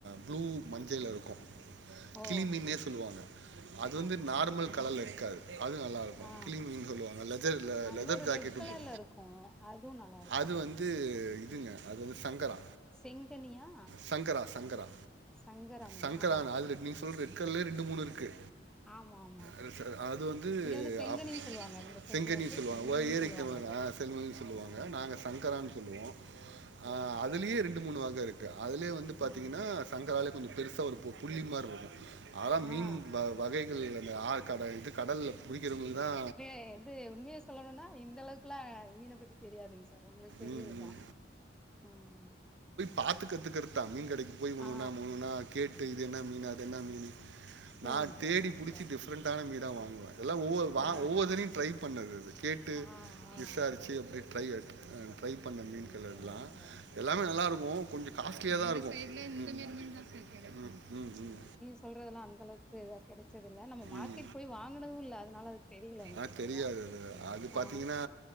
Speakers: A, on the right (about 70°); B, in the centre.
A: ப்ளூ மஞ்சள்ல இருக்கு
B: ஓ
A: கிளி மீன்னே சொல்லுவாங்க அது வந்து
B: ஆமா ஆமா
A: நார்மல் கலர்ல இருக்காது அது நல்லாருக்கு
B: ஆ
A: கிளி மீன்னு சொல்லுவாங்க லெஜர்ல லெதர்
B: இன்னொரு
A: ஜாக்கெட்டு
B: ரெட் கலர்ல இருக்கு அதுவு நல்லா இருக்கு
A: அது வந் து இதுங்க அது வந்து சங்கரா
B: செங்கனியா ஆ
A: சங்கரா சங்கரா
B: சங்கரா மீனா
A: சங்கரா
B: ஆ
A: ஆல்ரெடி நீஸ் ஃபுல் ரெட் கலர்லே ரெண்டு மூணு இருக்கு
B: ஆமா ஆமா
A: அது சார் அது வந்து
B: இங்க செங்கனின்னு
A: அப்
B: சொல்லுவாங்க இந்த சைடுல
A: செங்கனின்னு
B: வந்து
A: சொல்லுவாங்க
B: செங்கனின்னு
A: ஓ ஏரிக்கிட்ட
B: சொல்லுவாங்க அத
A: ஆ செங்கனினு சொல்லுவாங்க
B: ஆ
A: நாங்க சங்கரானு
B: ஆ
A: சொல்லுவோ
B: சரி
A: ஆ அதுலயே
B: சரி
A: ரெண் ண்டு மூணு வக இருக்கு அதுலேயே வந்து பாத்தீங்கன்னா
B: ஆ
A: சங்கராலயே கொஞ்ச பெருசா ஒரு பு புள்ளி மாரி இருக்கு அதான் மீன்
B: ஆ
A: வ வகைகள் அந்த ஆ கட இது கடல்ல புடிக்கிறவங்களுக்குதா
B: எது உண்மைய சொல்லணுன்னா இந்தளவுக்குலா மீன பத்தி தெரியாதுங்க சார் உங்களுக்கு தெரியிதுதா
A: ம், ம்.
B: ம்
A: பாத்து கத்துக்கறதா மீன் கடைக்கு போயி ஒன்னு
B: ஆ
A: ஒன்னா மு ஒன்னு ஒன்னா கேட்டு இது என்ன மீனு அது என்ன மீனு
B: சரிங்க
A: நா தேடி
B: சார் சரிங்க
A: புடிச்சி
B: சார்
A: டிஃப்ரண்டான மீனுதா வாங்குவன் இதெல்லா ஒவ்வொரு வா
B: ஆ
A: ஒவ்வொரு தடயும் ட்ரை பண்ணது அது கேட்டு
B: ஆ ஆ
A: விசாரிச்சி அப்டே ட்ரை ஆ ட்ரை பண்ண
B: சரிங்க
A: மீன்கள் அதுலா
B: சரிங்க சார்
A: எல்லாமே நல்லா இருக்கும் கொஞ்சம் காஸ்ட்லியா தா இருக்கும் எங்க சைடுல இந்த மேரி மீன் தா சார் ம் ம் ம்
B: சொல்றதல்லா அந்த அளவுக்கு இதா கெடைச்சதில்ல நம்ம மார்க்கெட்
A: ம்.
B: போய் வாங்கனதும் இல்ல அதனால அது தெரியல எனக்கு
A: ஆ
B: சரியா
A: தெரியாது அதுல அது பாத்தீங்கன்னா
B: ஆ